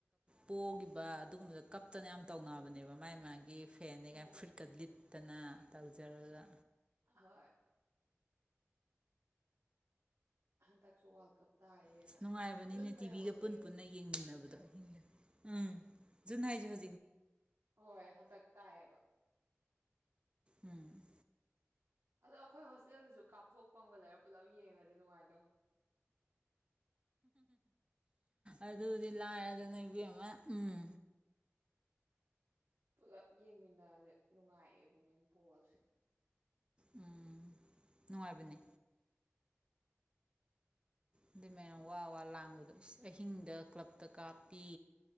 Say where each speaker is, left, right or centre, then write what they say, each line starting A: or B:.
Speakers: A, on the right; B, on the right.
A: ꯄꯣꯈꯤꯕ ꯑꯗꯨꯒꯨꯝꯕꯗ ꯀꯞꯇꯅ ꯌꯥꯝ ꯇꯧꯅꯕꯅꯦꯕ ꯃꯥꯥꯏ ꯃꯥꯒꯤ ꯐꯦꯅꯦ ꯀꯥꯏꯅ
B: ꯎꯝ
A: ꯐꯨꯔꯤꯠꯀ
B: ꯎꯝ
A: ꯂꯤꯠꯇꯅ ꯇꯧꯖꯔꯒ
B: ꯍꯣꯏ ꯍꯟ ꯇꯛꯁꯨ ꯋꯥꯔꯜ ꯀꯞ ꯇꯥꯏꯌꯦꯅ
A: ꯑꯁ ꯅꯨꯡꯉꯥꯏꯕꯅꯤꯅꯦ
B: ꯖꯨꯟꯗꯩ
A: ꯇꯤꯚꯤꯒ
B: ꯍꯧꯅꯤ
A: ꯄꯨꯟꯅ ꯄꯨꯟꯅ ꯌꯦꯡꯃꯤꯟꯅꯕꯗꯣ ꯑꯍꯤꯡꯗ ꯎꯝ ꯖꯨꯅꯦ ꯍꯧꯖꯤꯛ ꯑ
B: ꯍꯣꯏ ꯍꯟꯗꯛ ꯇꯥꯏꯌꯦꯕ
A: ꯎꯝ
B: ꯑꯗꯣ ꯑꯩꯈꯣꯏ ꯍꯣꯁꯇꯦꯜꯒꯤꯁꯨ ꯀꯥꯞꯊꯣꯛꯄ ꯑꯃꯒ ꯂꯩꯔꯒ ꯄꯨꯜꯂꯞ ꯌꯦꯡꯉꯗꯤ ꯅꯨꯡꯉꯥꯏꯗꯧ
A: ꯑꯗꯨꯗꯤꯂꯥꯏꯔ ꯅꯏꯕꯦꯝꯃ ꯎꯝ
B: ꯄꯨꯂꯞ ꯌꯦꯡꯃꯤꯟꯅ ꯅꯨꯡꯉꯥꯏꯑꯦꯕ ꯕꯣꯜꯁꯦ
A: ꯎꯝ ꯅꯨꯡꯉꯥꯏꯕꯅꯦ ꯑꯗꯨꯩ ꯃꯌꯥꯝ ꯋꯥ ꯋꯥ ꯂꯥꯡꯕꯗꯣ ꯑꯍꯤꯡꯗ ꯀ꯭ꯂꯞꯇ ꯀꯥꯞꯄꯤ